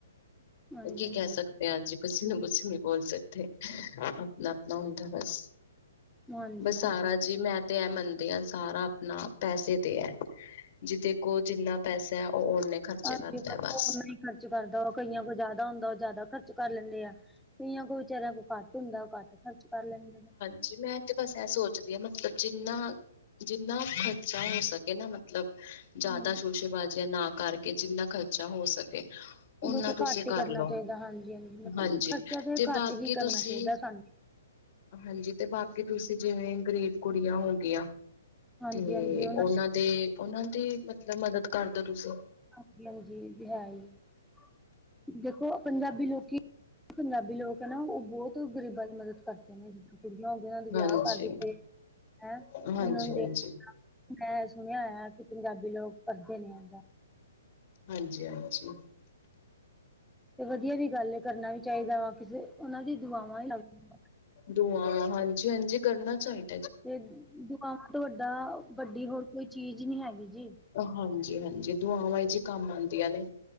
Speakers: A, in the centre; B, on the left.
A: ਹਾਂਜੀ
B: ਕੀ
A: ਹਾਂਜੀ
B: ਕਹਿ ਸਕਦੇ ਹਾਂ ਜੀ ਕਿਸੀ ਨੂੰ ਕੁਛ ਨਹੀ ਬੋਲ ਸਕਦੇ ਆਪਣਾ-ਆਪਣਾ ਹੁੰਦਾ ਬਸ।
A: ਹਾਂਜੀ
B: ਬਸ
A: ਹਾਂਜੀ
B: ਸਾਰਾ ਜੀ ਮੈਂ ਤੇ ਐ ਮੰਨਦੀ ਹਾਂ ਸਾਰਾ ਆਪਣਾ ਪੈਸੇ ਤੇ ਹੈ। ਜੀਦੇ ਕੋਲ ਜਿੰਨਾ ਪੈਸਾ ਹੈ ਓਹ ਓਨੇ ਖਰਚੇ
A: ਹਾਂਜੀ,
B: ਕਰਦਾ
A: ਬੰਦਾ
B: ਬਸ
A: ਓਨਾ ਈ ਖਰਚ ਕਰਦਾ ਉਹ ਕਈਆਂ ਕੋਲ ਜ਼ਾਦਾ ਹੁੰਦਾ, ਓਹ ਜ਼ਾਦਾ ਖਰਚ ਕਰ ਲੈਂਦੇ ਆ। ਕਈਆਂ ਕੋ ਵਿਚਾਰਿਆ ਕੋ ਘੱਟ ਹੁੰਦਾ ਓਹ ਘੱਟ ਖਰਚ ਕਰ ਲੈਂਦੇ ਨੇ।
B: ਜੀ, ਮੈਂ ਤੇ ਬਸ ਐ ਸੋਚਦੀ ਆ ਮਤਲਬ ਜਿੰਨਾ-ਜਿੰਨਾ ਖਰਚਾ ਹੋ ਸਕੇ ਨਾ ਮਤ- ਮਤਲਬ ਜ਼ਿਆਦਾ
A: ਹੂੰ
B: ਸ਼ੋਸ਼ੇਬਾਜ਼ੀਆਂ ਨਾ ਕਰਕੇ ਜਿੰਨਾ ਖਰਚਾ ਹੋ ਸਕੇ ਓਨਾਂ
A: ਬਹੁਤ
B: ਤੁਸੀਂ
A: ਘੱਟ ਹੀ
B: ਕਰਲਓ
A: ਕਰਨਾ ਚਾਹੀਦਾ ਹਾਂਜੀ ਹਾਂਜੀ ਮਤਲਬ
B: ਹਾਂਜੀ,
A: ਖਰਚਾ
B: ਤੇ
A: ਘੱਟ
B: ਬਾਕੀ
A: ਹੀ ਕਰਨਾ
B: ਤੁਸੀਂ
A: ਚਾਹੀਦਾ ਸਾਨੂੰ।
B: ਹਾਂਜੀ, ਤੇ ਬਾਕੀ ਤੁਸੀਂ ਜਿਵੇਂ ਗ਼ਰੀਬ ਕੁੜੀਆਂ ਹੋ ਗਈਆਂ।
A: ਹਾਂਜੀ
B: ਤੇ
A: ਹਾਂਜੀ ਉਹਨਾਂ
B: ਓਨਾਂ ਦੇ ਓਨਾਂ ਦੀ ਮਤਲਬ ਮਦਦ ਕਰਦੋ ਤੁਸੀਂ।
A: ਹਾਂਜੀ-ਹਾਂਜੀ ਏਤੇ ਹੈ ਇਆ ਦੇਖੋ ਪੰਜਾਬੀ ਲੋਕੀਂ ਪੰਜਾਬੀ ਲੋਕ ਆ ਨਾ ਓਹ ਬੋਤ ਗ਼ਰੀਬਾਂ ਦੀ ਮਦਦ ਕਰਦੇ ਨੇ ਜ ਕੁੜੀਆਂ ਹੋਗੀਆ ਓਨਾਂ ਦੇ ਵਿਆਹ
B: ਹਾਂਜੀ
A: ਕਰ ਦਿੱਤੇ ਹੈਂ ਇਹ
B: ਹਾਂਜੀ
A: ਓਨਾਂ ਨੂੰ
B: ਹਾਂਜੀ
A: ਦੇਖ ਮੈਂ ਸੁਣਿਆ ਹੋਇਆ ਕਿ ਪੰਜਾਬੀ ਲੋਕ ਕਰਦੇ ਨੇ ਏਦਾਂ।
B: ਹਾਂਜੀ-ਹਾਂਜੀ।
A: ਤੇ ਵਧੀਆ ਵੀ ਗੱਲ ਏ ਕਰਨਾ ਵੀ ਚਾਈਦਾ ਵਾ ਕਿਸੇ ਓਨਾਂ ਦੀ ਦੁਆਵਾਂ ਈ ਲੱਗਦੀਆਂ।
B: ਦੂਆਵਾਂ ਹਾਂਜੀ-ਹਾਂਜੀ ਕਰਨਾ ਚਾਈਦਾ।
A: ਤੇ ਦੁਆਵਾਂ ਤੋਂ ਵੱਡਾ- ਵੱਡੀ ਹੋਰ ਕੋਈ ਚੀਜ਼ ਈ ਨੀ ਹੈਗੀ ਜੀ।
B: ਹਾਂਜੀ-ਹਾਂਜੀ ਦੁਆਵਾਂ ਜੀ ਈ ਕੰਮ ਆਂਦੀਆਂ ਨੇ।